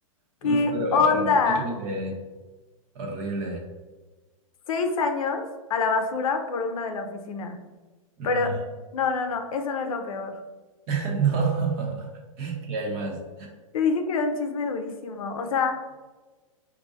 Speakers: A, on the left; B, on the right.
A: ¿Qué
B: Uy, pero
A: onda?
B: horrible, horrible.
A: Seis años a la basura por una de la oficina.
B: No,
A: Pero no, no, no, eso no es lo peor.
B: <laughs> no. <laughs> ¿Qué hay más?
A: Te dije que era un chisme durísimo. O sea,